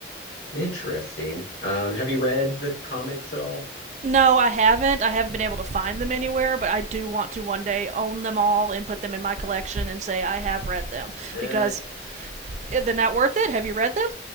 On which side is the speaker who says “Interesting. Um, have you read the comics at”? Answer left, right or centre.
Left